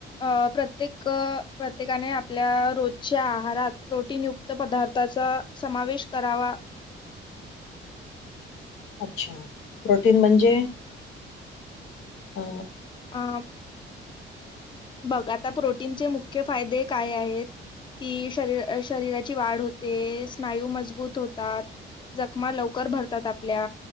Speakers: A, on the left (about 25°); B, on the left (about 85°).
A: अ प्रत्येक प्रत्येकाने आपल्या रोजच्या आहारात प्रोटीन युक्त. पदार्थाचा समावेश करावा.
B: अच्छा प्रोटीन म्हणजे अ.
A: अ बघ आता प्रोटीनचे मुख्य फायदे काय आहेत कि शरीर अ शरीराची वाढ होते स्नायू मजबूत होतात जखमा लवकर भरतात आपल्या